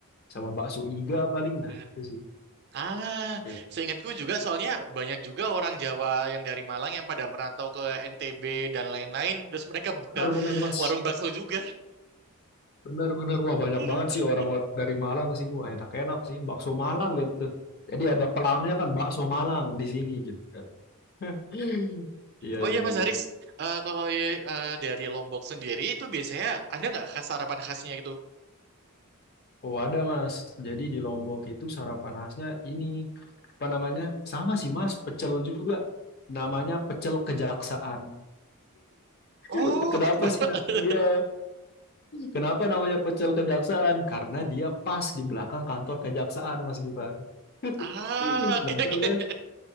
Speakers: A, on the left (about 45°); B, on the right (about 50°).
A: sama bakso iga paling nah
B: iya.
A: itu sih.
B: Ah,
A: Ya
B: seingatku juga soalnya banyak juga orang Jawa yang dari Malang yang pada merantau ke NTB dan lain-lain, terus mereka buka
A: benar-benar mas,
B: warung bakso juga.
A: benar-benar wah banyak
B: <laughs>
A: banget sih orang-orang dari Malang ke sini wah enak-enak sih bakso Malang gitu. Jadi ada pelangnya kan bakso Malang di sini gitu kan. <laughs> Iya
B: Oh
A: iya
B: iya Mas
A: iya.
B: Haris, Eh, kalau ya, eh, dari Lombok sendiri itu biasanya ada nggak khas sarapan khasnya gitu?
A: Oh ada mas, jadi di Lombok itu sarapan khasnya ini, apa namanya? Sama sih mas, pecel juga. Namanya pecel kejaksaan. <laughs>
B: Oh,
A: Kenapa
B: aku baru.
A: sih?
B: <laughs>
A: na- Ya, kenapa namanya pecel kejaksaan? Karena dia pas di belakang kantor kejaksaan mas Gibar. <laughs>
B: Ah, oke
A: Nah terus
B: oke.